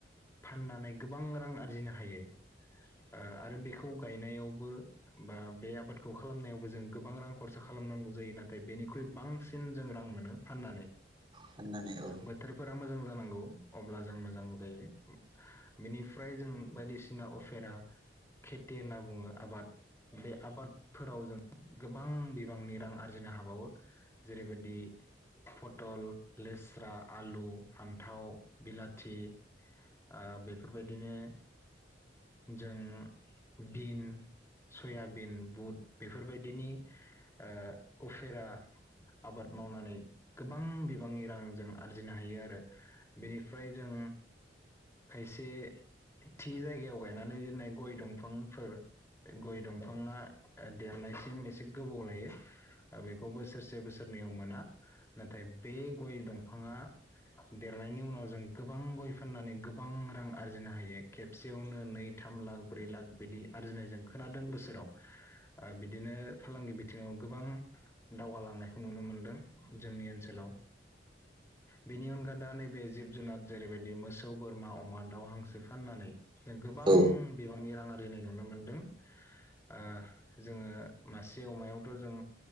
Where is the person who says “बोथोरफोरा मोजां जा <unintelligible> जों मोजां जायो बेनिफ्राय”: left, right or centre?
Left